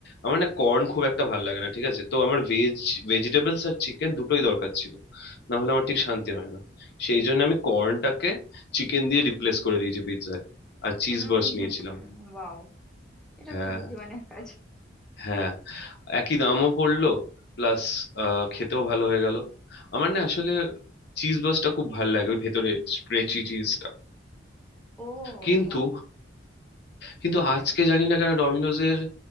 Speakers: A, on the left; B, in the centre.
A: আমার না কর্ন খুব একটা ভালো লাগে না ঠিক আছে তো আমার ভেজ ভেজিটেবলস আর চিকেন দুটোই দরকার ছিল না হলে আমার ঠিক শান্তি হয় না সেই জন্য আমি কর্নটাকে চিকেন দিয়ে রিপ্লেস করে দিয়েছি পিৎজায় আর চিজ
B: উম
A: বার্স্ট নিয়েছিলাম
B: ওয়াও এটা
A: হ্যাঁ
B: বেশ বুদ্ধিমানের কাজ
A: হ্যাঁ একই দামও পড়লো প্লাস খেতেও ভালো হয়ে গেল আমার না আসলে চিজ বাসটা খুব ভালো লাগে ওই ভেতরে স্ট্রেচি চিজটা
B: ও
A: কিন্তু
B: ওয়াও
A: কিন্তু আজকে জানি না কেন ডমিনোজের